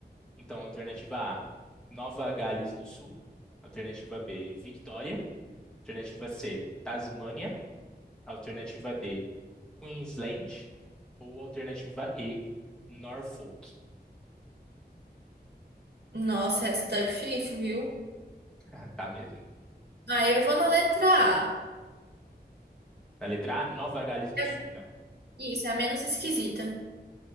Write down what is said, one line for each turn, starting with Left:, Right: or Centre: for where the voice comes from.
Centre: Então, alternativa A, Nova Gales do Sul. Alternativa B, Victoria. Alternativa C, Tasmânia. Alternativa D, Queensland. Ou alternativa E, Norfolk.
Right: Nossa, essa tá difícil, viu?
Centre: <laughs> Tá mesmo.
Right: Aí eu vou na letra A.
Centre: Na letra A, Nova Gales do
Right: É-
Centre: Sul, né?
Right: Isso, é a menos esquisita.